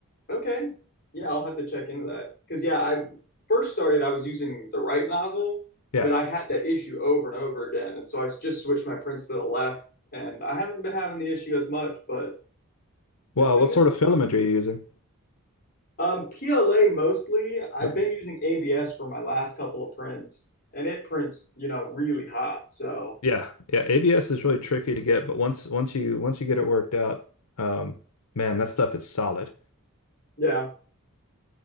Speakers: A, on the left; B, on the left.
A: Okay. Yeah, I'll have to check into that. Because, yeah, I first started, I was using the right nozzle,
B: Yeah.
A: but I had that issue over and over again. And so I s- just switched my prints to the left, and I haven't been having the issue as much, but
B: Wow,
A: it's been
B: what sort
A: it's been
B: of filament
A: weird.
B: are you using?
A: Um, PLA mostly. I've
B: Okay.
A: been using ABS for my last couple of prints, and it prints, you know, really hot. So,
B: Yeah, yeah, ABS is really tricky to get, but once once you once you get it worked out, um, man, that stuff is solid.
A: yeah.